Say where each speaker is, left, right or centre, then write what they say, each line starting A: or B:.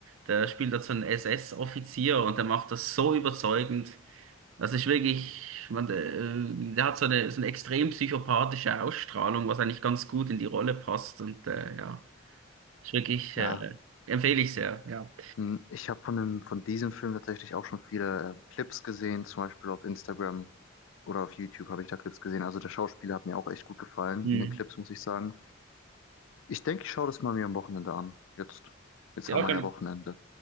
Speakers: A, on the right (about 75°); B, on the left (about 75°).
A: der spielt halt so einen SS-Offizier und der macht das so überzeugend, das ist wirklich, man, äh, der hat so eine, so eine extrem psychopathische Ausstrahlung, was eigentlich ganz gut in die Rolle passt und äh, ja, ist wirklich,
B: Ja,
A: äh, empfehle ich sehr, ja.
B: hm. ich habe von dem, von diesem Film tatsächlich auch schon viele äh, Clips gesehen, zum Beispiel auf Instagram. Oder auf YouTube habe ich da Clips gesehen. Also der Schauspieler hat mir auch echt gut gefallen
A: Hm.
B: in den Clips, muss ich sagen. Ich denke, ich schaue das mal mir am Wochenende an. Jetzt, jetzt
A: Ja,
B: haben wir
A: keine,
B: ja Wochenende.